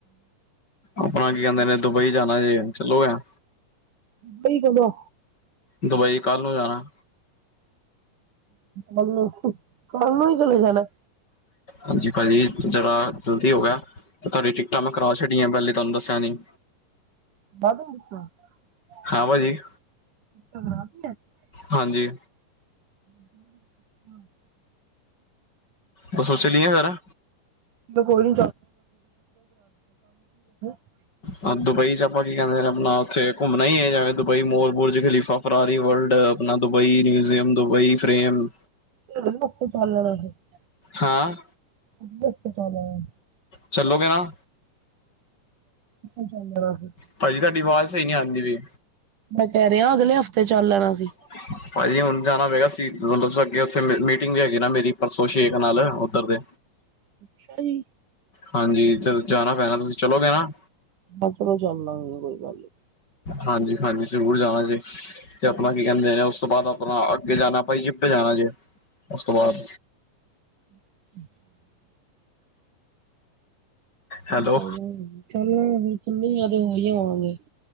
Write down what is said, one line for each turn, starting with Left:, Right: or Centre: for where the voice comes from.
Left: ਆਪਣਾ ਕੀ ਕਹਿੰਦੇ ਨੇ ਦੁਬਈ ਜਾਣਾ ਜੇ ਚਲੋ ਆ।
Right: ਦੁਬਈ ਕਦੋਂ?
Left: ਦੁਬਈ ਕੱਲ ਨੂੰ ਜਾਣਾ।
Right: ਕਾਲੂ ਕਾਲੂ ਈ ਚਲੇ ਜਾਣਾ।
Left: ਹਾਂਜੀ, ਭਾਜੀ ਜਰਾ ਜਲਦੀ ਹੋ ਗਿਆ। ਤੁਹਾਡੀ ਟਿਕਟਾਂ ਮੈਂ ਕਰਾ ਛੱਡੀਆਂ ਪਹਿਲੇ ਤੁਹਾਨੂੰ ਦੱਸਿਆ ਨੀ।
Right: <unintelligible>
Left: ਹਾਂ ਭਾਜੀ
Right: <unintelligible>
Left: ਹਾਂਜੀ
Right: <unintelligible> <unintelligible>
Left: ਦੱਸੋ ਚੱਲੀਏ ਫਿਰ।
Right: ਚੱਲੋ ਕੋਈ ਨੀ <unintelligible>
Left: ਹਾਂ, ਦੁਬਈ ਚ ਆਪਾਂ ਕੀ ਕਹਿੰਦੇ ਆਪਣਾ ਉੱਥੇ ਘੁੰਮਣਾ ਹੀ ਇਹ ਜਾਵੇ ਦੁਬਈ ਮੋਰ ਬੁਰਜ ਖ਼ਲੀਫਾ। ਫਰਾਰੀ ਵਰਲਡ ਆਪਣਾ ਦੁਬਈ ਮਿਊਜ਼ੀਅਮ ਦੁਬਈ ਫਰੇਮ
Right: <unintelligible>
Left: ਹਾਂ,
Right: ਅਗਲੇ ਹਫ਼ਤੇ ਚੱਲ ਲੈਣਾ
Left: ਚੱਲੋਗੇ ਨਾ?
Right: <inaudible> ਜਾਂਦਾ ਵਾਂ।
Left: ਭਾਜੀ ਤੁਹਾਡੀ ਆਵਾਜ਼ ਸਹੀ ਨਹੀਂ ਆਦੀ ਵੀ।
Right: ਮੈਂ ਕਹਿ ਰਿਹਾ ਅਗਲੇ ਹਫ਼ਤੇ ਚੱਲ ਲੈਣਾ ਸੀ।
Left: <unintelligible> ਭਾਜੀ ਹੁਣ ਜਾਣਾ ਪਏਗਾ ਸੀ ਮਤਲਬ ਉੱਥੇ ਮੀਟਿੰਗ ਵੀ ਹੈਗੀ ਨਾ ਮੇਰੀ ਪਰਸੋਂ ਛੇਖ਼ ਨਾਲ ਉੱਧਰ ਦੇ।
Right: ਅੱਛਾ ਜੀ।
Left: ਹਾਂਜੀ ਚਲ ਜਾਣਾ ਪੈਣਾ ਤੁਸੀਂ ਚਲੋਗੇ ਨਾ?
Right: ਇਧਰੋਂ ਚੱਲਨਾ ਕੋਈ ਗੱਲ ਨੀ
Left: ਹਾਂਜੀ ਹਾਂਜੀ ਜ਼ਰੂਰ ਜਾਣਾ ਜੇ ਤੇ ਆਪਣਾ ਕੀ ਕਹਿੰਦੇ ਉਸ ਤੋਂ ਬਾਅਦ ਆਪਣਾ ਅੱਗੇ ਜਾਣਾ ਪਇਜਿਪਟ ਜਾਣਾ ਜੇ ਉਸ ਤੋਂ ਬਾਅਦ
Right: <inaudible>
Left: ਹੈਲੋ
Right: ਚਲੋ <unintelligible> ਕਿੰਨੀ ਵਧੀਆ ਆਵਾਜ਼